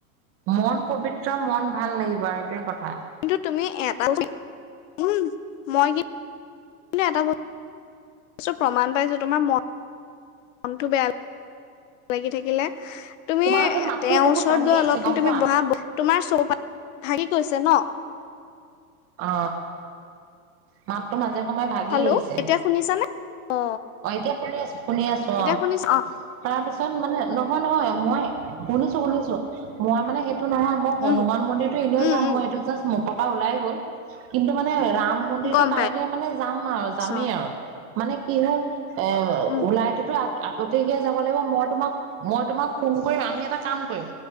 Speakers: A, on the right (about 30°); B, on the left (about 60°).
A: মন পবিত্ৰ মন ভাল লাগিব আৰু এইটোৱে কথা।
B: কিন্তু তুমি এটাত উ মই কি কি এটা বস্তু প্ৰমাণ পাইছো তোমাৰ মন মনটো বেয়া লাগি থাকিলে। তুমি
A: তোমাৰ যে মাতটো
B: তেওঁৰ
A: বহুত
B: ওচৰত
A: ভাঙি
B: গৈ
A: আহিছে
B: অলপ
A: গম
B: তুমি
A: পোৱা?
B: বা তোমাৰ চৌপা ভঙি গৈছে ন
A: অ মাততো মাজে সময়ে ভাগি
B: হেল্ল'
A: আহিছে।
B: এতিয়া শুনিছানে? অ
A: অ' এতিয়া শুনি আছো শুনি আছো
B: এতিয়া
A: অ
B: শুনিছ
A: তাৰপিছত মানে নহয় নহয় মই শুনিছো শুনিছো মই মানে সেইটো নহয় মই হনুমান
B: উম
A: মন্দিৰতো এনেও
B: উম
A: যাম
B: উম
A: মই এইটো জাষ্ট পৰা ওলাই গল কিন্তু মানে ৰাম মন্দিৰতটো
B: গম
A: কাইলেলৈ মানে যাম আৰু
B: পাইছো
A: যামেই
B: অ
A: আৰু মানে কি হ'ল এ
B: উম
A: ওলাইটোতো গতিকে যাব লাগিব। মই তোমাক মই তোমাক ফোন কৰিম আমি এটা কাম কৰিম।